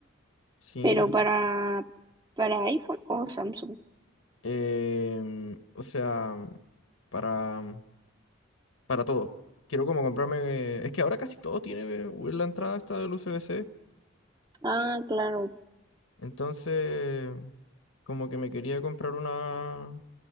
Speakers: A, on the left; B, on the right.
A: Sí.
B: pero para, para iPhone o Samsung.
A: em, o sea, para, para todo. Quiero como comprarme... Es que ahora casi todo tiene eh, la entrada esta del USB-C.
B: Ah, claro,
A: Entonces, como que me quería comprar una...